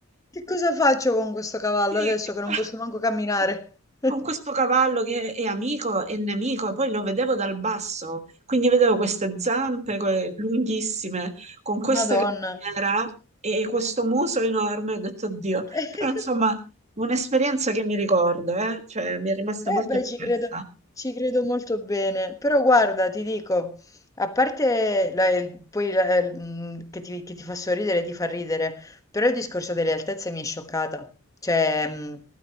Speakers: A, on the left; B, on the right.
A: Che cosa faccio con questo cavallo
B: sì,
A: adesso
B: che
A: che
B: fa?
A: non posso manco camminare?
B: Con
A: <laughs>
B: con questo cavallo che è amico e nemico, poi lo vedevo dal basso, quindi vedevo queste zampe que- lunghissime, con questa
A: Madonna.
B: criniera e questo muso enorme, ho detto, oddio,
A: <laughs>
B: però insomma, un'esperienza che mi ricordo, eh? Cioè, mi è rimasta
A: Eh
B: molto
A: beh,
B: impressa.
A: ci credo, ci credo molto bene, però guarda, ti dico, a parte la- il- poi la- il- mh, che ti, che ti fa sorridere, ti fa ridere, però il discorso delle altezze mi è scioccata. Cioè, mh,